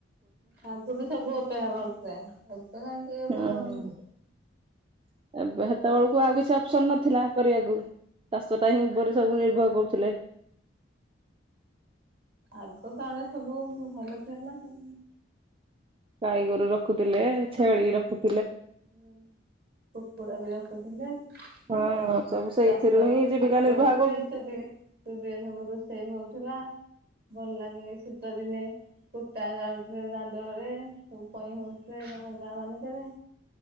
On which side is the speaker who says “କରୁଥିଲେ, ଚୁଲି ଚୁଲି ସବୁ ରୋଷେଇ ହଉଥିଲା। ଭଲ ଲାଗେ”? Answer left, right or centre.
Right